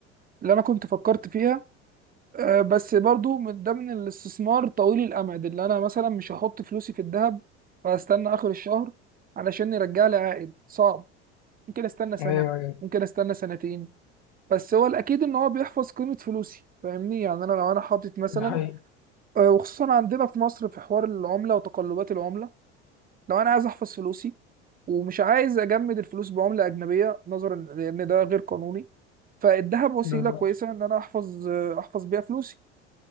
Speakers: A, on the right; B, on the left.
A: اللي انا كنت فكرت فيها آه، بس برضو من ده من الاستثمار طويل الامد اللي انا مثلا مش هحط فلوسي في الذهب واستنى اخر الشهر علشان يرجع لي عائد صعب ممكن استنى سنة
B: أيوه أيوه
A: ممكن استنى سنتين بس هو الاكيد ان هو بيحفظ قيمة فلوسي فاهمني يعني انا لو انا حاطط مثلا
B: ده حقيقي
A: آه، وخصوصا عندنا في مصر في حوار العملة وتقلبات العملة لو انا عايز احفظ فلوسي ومش عايز اجمد الفلوس بعمله اجنبيه نظرا لان ده غير قانوني فالذهب وسيله
B: بالظبط
A: كويسه ان انا احفظ احفظ بيها فلوسي